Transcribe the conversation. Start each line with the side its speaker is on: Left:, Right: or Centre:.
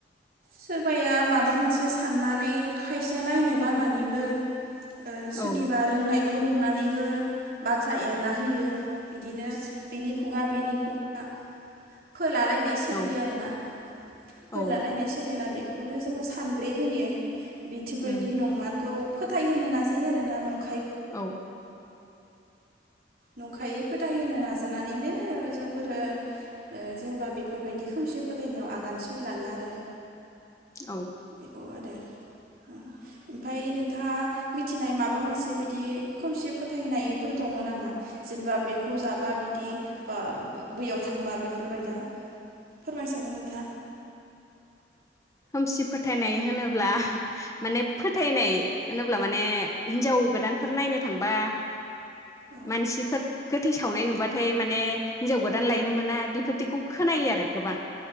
Right: सोरबाया माबा मोनसे साननानै खाय सेया नायनो बानानैबो ओ सोरनिबा
Left: औ
Right: रोंनाय खौ नुनानैबो बाथ्रा एरना होयो बिदिनो बेनि खुगा बिनि खुगा फोला लायनाय सोलियो
Left: औ
Right: आरोना फोलालायनाय
Left: औ
Right: सोलियोना बेखौ बेखौनो जोङो सानब्रे होयो बिथि बायदि
Left: उम
Right: नंमारगौ फोथाय होनो नाजायो आरो ना नं
Left: औ
Right: नंखायै फोथायहो नाजानानैनो जोंफोरो ओ जेनेबा बेफोरबायदि खोमसि फोथायनायाव आगान सुरलाङो आरो
Left: औ
Right: बेखौ आ दे ओमफाय नोंथाङा मिथिनाय माबा मोनसे बिदि खोमसि फोथायनायफोर दङो नामा जेनेबा बेखौ जाबा बिदि बा ओ बैयाव थांबा बेफो फोरबायदा फोरमायसागोन नोंथाङा।
Left: खोमसि फोथायनाय होनोब्ला माने फोथायनाय होनोब्ला माने हिनजाव गोदानफोर नायनो थांबा
Right: औ
Left: मानसिफोर गोथै सावनाय नुबाथाय माने हिन्जाव गोदान लायनो मोना बेफोरदिखौ खोनायो आरो गोबां